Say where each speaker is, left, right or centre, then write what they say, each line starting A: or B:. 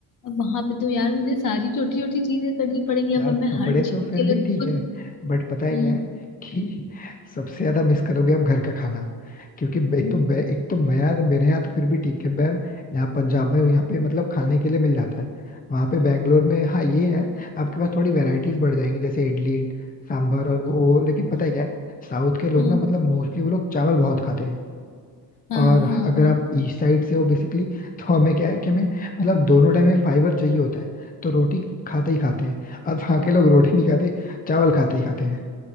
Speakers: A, on the left; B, on the left.
A: अब वहां पे तो यार मुझे सारी छोटी छोटी चीजें करनी पड़ेंगी अब
B: यार
A: मैं
B: कपड़े
A: हर चीज
B: तो फिर
A: के लिए
B: भी
A: तो
B: ठीक
A: कुछ
B: है बट पता है
A: हम्म
B: क्या है कि सबसे ज्यादा मिस करोगे आप घर का खाना क्योंकि एक
A: हम्म
B: तो बे- एक तो मैं यहाँ- मेरे यहाँ तो फिर भी ठीक है मैं यहाँ पंजाब में हूँ यहाँ पे मतलब खाने के लिए मिल जाता है वहाँ पे बैंगलोर में हाँ ये है आपके पास थोड़ी वेराइटीज बढ़ जाएंगी जैसे इडली सांभर और वो लेकिन पता है क्या है साउथ के लोग
A: हम्म,
B: ना मतलब मोस्टली वो लोग चावल बहुत खाते हैं
A: हाँ
B: और
A: हाँ
B: अगर
A: हाँ
B: आप ईस्ट साइड से हो बेसिकली तो हमें क्या है कि हमें मतलब दोनों टाइम में फाइबर चाहिए होता है तो रोटी खाते ही खाते हैं और वहाँ के लोग रोटी नहीं खाते चावल खाते ही खाते हैं